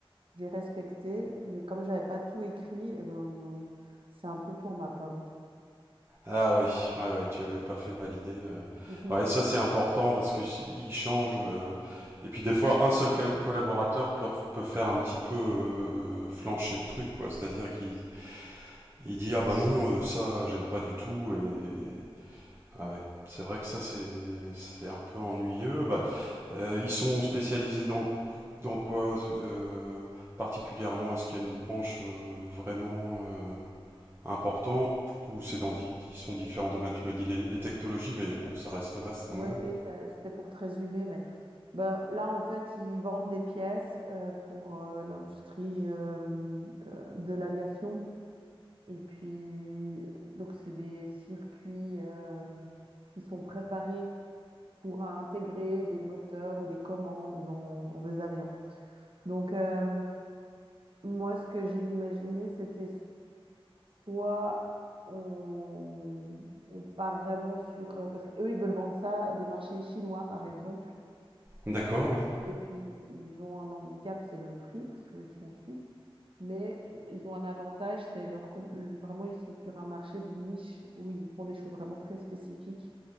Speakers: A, on the right; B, on the right.
A: j'ai respecté, mais comme j'avais pas tout écrit, eh ben, c'est un peu pour ma pomme.
B: ah oui, ouais, ouais, tu avais pas fait valider. euh.
A: Mhm.
B: Ouais, ça c'est important parce que si- ils changent. euh, Et puis des fois, un seul ca- collaborateur peut, peut faire un petit peu euh, flancher le truc, quoi. C'est-à-dire qu'il il dit ah bah non, euh, ça j'aime pas du tout et Ah ouais, c'est vrai que ça c'est c'est un peu ennuyeux. Bah, euh, ils sont spécialisés dans dans quoi euh, particulièrement? Est-ce qu'il y a une branche euh, vraiment euh, importante ou c'est dans di- ils sont différents domaines? Tu m'as dit les, les technologies, mais bon, ça reste vaste
A: Oui,
B: quand même.
A: oui, ça- c'était pour te résumer, mais ben, là, en fait, ils vendent des pièces euh, pour euh, l'industrie euh, euh, de l'aviation. Et puis, donc, c'est des circuits euh, qui sont préparés pour intégrer des moteurs ou des commandes dans, dans des avions. Donc, euh, Moi, ce que j'ai imaginé, c'était soit on, on part vraiment sur... euh, Parce qu'eux, ils veulent vendre ça à des marchés chinois, par exemple.
B: D'accord, ouais.
A: Et puis, ils ont un handicap, c'est le prix, parce qu'ils sont suisses. Mais ils ont un avantage, c'est leur... com- Vraiment, ils sont sur un marché de niche où ils font des choses vraiment très spécifiques.